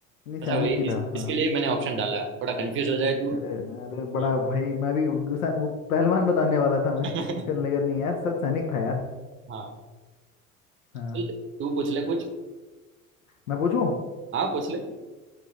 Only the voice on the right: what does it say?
अच्छा वही
इस,
इसके लिए मैंने ऑप्शन डाला थोड़ा कंफ्यूज हो जाए तू
हाँ
<laughs>
हाँ
चल तू पूछ ले कुछ
हाँ पूछ ले